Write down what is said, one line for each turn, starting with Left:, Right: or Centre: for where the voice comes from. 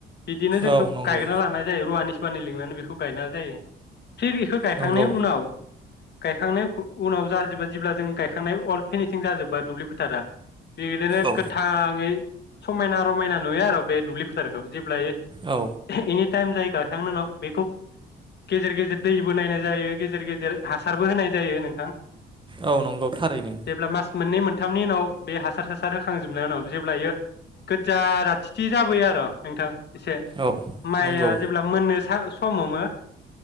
Left: बिदिनो जोंखौ
Right: औ नंगौ
Left: गायग्रोना लानाय जायो रुवानि वानि लिंनानै बेखौ गायना जायो फिर इखौ गायखांनाय
Right: नंगौ
Left: उनाव गायखांनाय उनाव <unintelligible> जों गायखांनाय अल फिनिसिं दुब्लि फोथारा बेदिनो
Right: औ
Left: गोथांङै समायना रमायना नुयो आर बे दुब्लि फोथारखौ जेब्लायो
Right: औ
Left: एनि टाइम जाय गायखांनाय उनाव बेखौ गेजेर गेजेर दैबो नायनाय जायो गेजेर गेजेर हासारबो होनाय जायो नोंथां।
Right: औ नंगौ थारैनो।
Left: जेब्ला मास मोननै मोनथामनि उनाव बे हासार सासार होखांजोबनायनि उनाव जेब्लायो गोज्जा राथिथि जाबोयो आर नोंथां। एसे
Right: औ
Left: माइआ
Right: नंगौ
Left: जेब्ला मोननो साहोस समाव मो